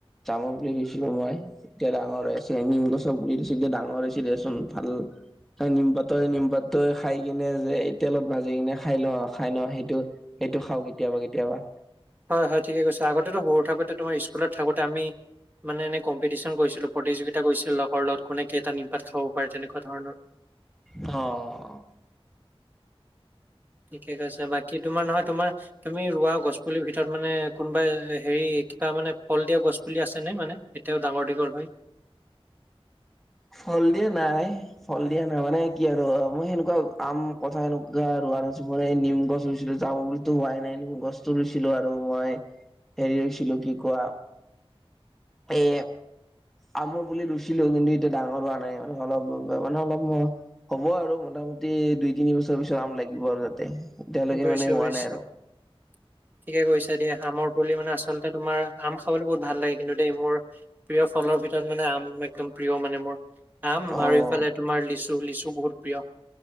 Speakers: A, in the centre; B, on the right.
A: জামুৰ পোলি ৰুই চিলো মই। এতিয়া ডাঙৰ হৈ আছে নিম গছৰ পুলি দিছিল যে এতিয়া ডাঙৰ হৈছিল দেচোন ভাল। নিমপাতৰ নিমপাত খাই কিনে যে এই তেলত ভাজি কিনে খাই লওঁ খাই ল সেইটো। সেইটো খাওঁ কেতিয়াবা কেতিয়াবা।
B: হয় হয় ঠিকে কৈছে আগতেতো সৰু থাকোতে তোমাৰ স্কুলত থাকোতে আমি মানে এনে কম্পিটিচন কৰিছিলো প্ৰতিযোগিতা কৰিছিলো লগৰ লগত কোনে কেইটা নিমপাত খাব পাৰে তেনেকুৱা ধৰণৰ।
A: অহ।
B: ঠিকে কৈছে বাকী তোমাৰ নহয় তোমাৰ তুমি ৰোৱা গছ পুলিৰ ভিতৰত মানে কোনোবাই হেৰি কিবা মানে ফল দিয়া গছ পুলি আছে নে মানে। এতিয়াও ডাঙৰ দীঘল হয়।
A: ফল দিয়া নাই ফল দিয়া নাই মানে কি আৰু মই সেনেকুৱা আম, কঁঠাল, এনকা আৰু মানে নিম গছ ৰুইছিলো যাব বুলিতো হোৱাই নাই নিম গছতো ৰুইছিলো আৰু মই। হেৰি ৰুইছিলোঁ কি কোৱা এ আমৰ পুলি ৰুইছিলো কিন্তু এতিয়া ডাঙৰ হোৱা নাই মানে অলপ মানে অলপ হ'ব আৰু মোটামুটি দুই তিনি বছৰ পিছত আম লাগিব আৰু যাতে এতিয়ালৈকে
B: বুজিছোঁ,
A: মানে হোৱা নাই আৰু।
B: <unintelligible> ঠিকে কৈছে দেই আমৰ পুলি মানে আচলতে তোমাৰ আম খাবলৈ বহুত ভাল লাগে কিন্তু দেই মোৰ প্ৰিয় ফলৰ ভিতৰত মানে আম একদম প্ৰিয় মানে মোৰ। আম আৰু
A: অ
B: এইফালে তোমাৰ লিচু লিচু বহুত প্ৰিয়।